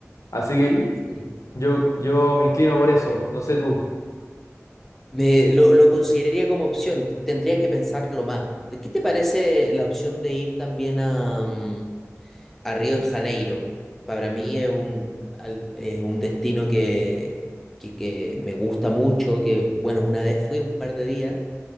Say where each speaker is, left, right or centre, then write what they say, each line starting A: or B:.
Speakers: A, on the left; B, in the centre.
A: Así que
B: Sí.
A: yo, yo me inclino por eso, no sé tú.
B: Me, lo, lo consideraría como opción, tendría que pensarlo más. ¿De ¿Qué te parece la opción de ir también a, mm, a Río de Janeiro? Para mí es un, al- es un destino que, que, que me gusta mucho, que bueno, una vez fui un par de días